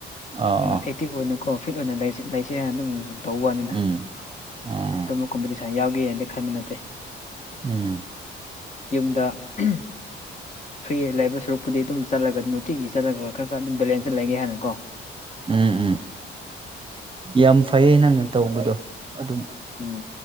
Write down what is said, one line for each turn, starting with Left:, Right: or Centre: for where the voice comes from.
Right: ꯑꯥ
Left: ꯑꯦꯛꯇꯤꯚ
Right: ꯑꯥ
Left: ꯑꯣꯏꯅꯀꯣ ꯐꯤꯠ ꯑꯣꯏꯅ ꯂꯩꯁꯦ ꯂꯩꯁꯦ ꯍꯥꯏꯅ ꯑꯗꯨꯝ ꯁꯨꯝ ꯇꯧꯋꯥꯅꯤꯗ
Right: ꯎꯝ <inaudible>
Left: ꯑꯗꯨꯝꯕ ꯀꯝꯄꯤꯇꯤꯁꯟ ꯌꯥꯎꯒꯦꯅꯗꯤ ꯈꯟꯕꯅꯠꯇꯦ
Right: ꯎꯝ
Left: ꯌꯨꯝꯗ <unintelligible> ꯐ꯭ꯔꯤ ꯂꯩꯕ ꯁꯔꯨꯛꯄꯨꯗꯤ ꯑꯗꯨꯝ ꯆꯠꯂꯒ ꯅꯨꯡꯇꯤꯒꯤ ꯆꯠꯂꯒ ꯈꯔ ꯈꯔ ꯑꯗꯨ ꯕꯦꯂꯦꯟꯁꯦ ꯂꯩꯒꯦ ꯍꯥꯏꯅ ꯀꯣ
Right: ꯎꯝ ꯎꯝ ꯌꯥꯝ ꯐꯩꯌꯦ ꯅꯪꯅ ꯇꯧꯕꯗꯣ ꯑꯗꯨꯝ
Left: ꯎꯝ